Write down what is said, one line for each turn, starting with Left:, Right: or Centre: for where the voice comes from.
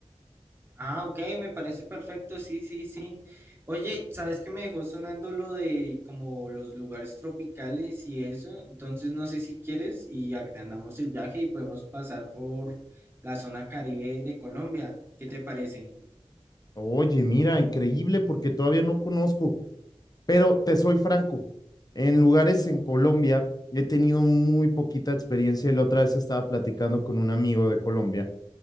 Right: Ah, ok, me parece perfecto. Sí, sí, sí. Oye, ¿sabes qué me dejó sonando lo de como los lugares tropicales y eso? Entonces, no sé si quieres y agrandamos el viaje y podemos pasar por la zona Caribe de Colombia. ¿Qué te parece?
Left: Oye, mira, increíble porque todavía no conozco, pero te soy franco, en lugares en Colombia he tenido muy poquita experiencia y la otra vez estaba platicando con un amigo de Colombia